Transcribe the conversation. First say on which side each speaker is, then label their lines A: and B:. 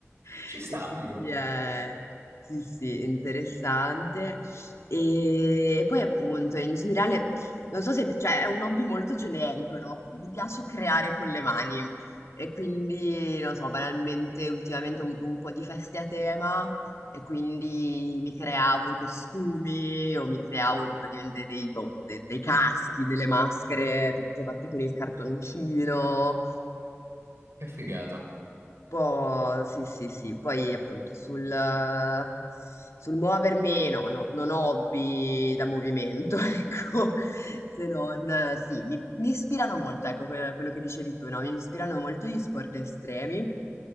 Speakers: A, on the left; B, on the right.
A: <laughs>
B: ci sta,
A: E quindi
B: figo.
A: è, sì, sì, interessante. E, e poi appunto, in generale, non so se, cioè, è un hobby molto generico, no? Mi piace creare con le mani. E quindi, non so, banalmente, ultimamente ho avuto un po' di feste a tema e quindi mi creavo i costumi o mi creavo praticamente dei, boh, de- dei caschi, delle maschere, tutte fatte con il cartoncino
B: Che figata.
A: po', sì, sì, sì. Poi appunto sul, eh, sul muovermi, no, no, non ho hobby da movimento, <laughs> ecco, se non, eh, sì, mi, mi ispirano molto, ecco, que- quello che dicevi tu, no? Mi ispirano molto gli sport estremi.